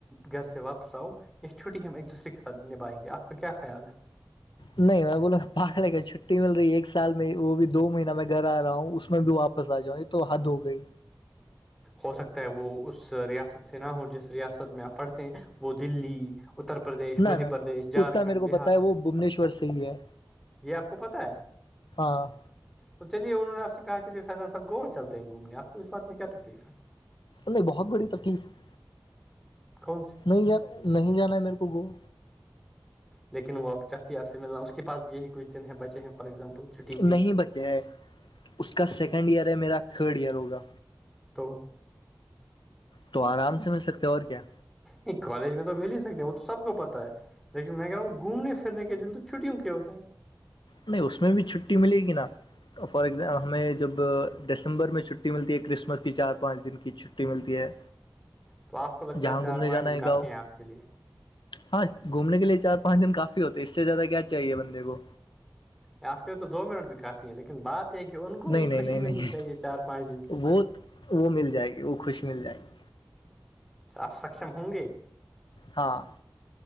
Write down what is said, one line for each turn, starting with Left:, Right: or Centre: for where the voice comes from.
Centre: گھر سے واپس آؤ یا چھٹی ہم ایک دوسرے کے ساتھ نبھائیں گے آپ کا کیا خیال ہے
Left: نہیں میں بول پاھڑے کا چھٹی مل رہی ہے ایک سال میں وہ بھی دو مہین میں گھر آ رہا ہوں اس میں بھی واپس آ جاؤں تو حد ہو گئی
Centre: ہو سکتا ہے وہ اس ریاست سے نہ ہو جس ریاست میں آپ پڑھتے ہیں وہ دلی اتر پردیش
Left: نہ
Centre: مدھیہ
Left: نہ
Centre: پردیش جھارکھنڈ
Left: اتنا میرے کو پتا
Centre: بہار
Left: ہے وہ بھبنیشور سے ہی ہے
Centre: یہ آپ کو پتا ہے
Left: ہاں
Centre: تو چلیے انہوں نے آپ سے کہا چلیے فیضان صاحب گوا چلتے ہیں گھومنے آپ کو اس بات میں کیا تکلیف ہے
Left: نہیں بہت بڑی تکلیف ہے
Centre: کون سی
Left: نہیں جان نہیں جانا ہے میرے کو گا
Centre: لیکن وہ چات ہی آپ سے ملنا اس کے پاس بھی یہی کچھ دن ہے بچے ہیں فار ایگزامپل چھٹی
Left: نہیں
Centre: کے
Left: بچے ہے اس کا سیکنڈ ایئر ہے میرا تھرڈ ایئر ہوگا
Centre: تو
Left: تو آرام سے مل سکتے اور کیا
Centre: یہ کالج میں تو مل ہی سکتے ہیں وہ تو سب کو پتہ ہے لیکن میں کہ رہا ہوں گھومنےھرنے کے دن تو چھٹیوں کے ہوتے ہیں
Left: نہیں اس میں بھی چھٹی ملے گی نا فار ایگزامپل ہمیں جب دسمبر میں چھٹی ملتی ہے کرسمس کی چار پانچ دن کی چ چھٹی ملتی ہے
Centre: تو آپ کو لگتا
Left: جہاں
Centre: ہے چار
Left: گھومنے
Centre: پانچ
Left: جانا
Centre: دن
Left: ہے
Centre: کافی
Left: گاؤں
Centre: ہیں آپ کے لیے
Left: ہاں گھومنے کے لیے چار پانچ دن کافی ہوتے اس سے زیادہ کیا چاہیے بندے کو
Centre: یافتے تو دو منٹ بھی کافی ہیں لیکن بات یہ ہے کہ ان کو
Left: نہیں
Centre: بھی
Left: نہیں
Centre: خوشی
Left: نہیں نہیں
Centre: ملنی چاہیے چار پانچ دن کی
Left: وہ وہ مل جائے گی وہ خوش مل جائے گی
Centre: تو آپ سکچم ہوں گے
Left: ہاں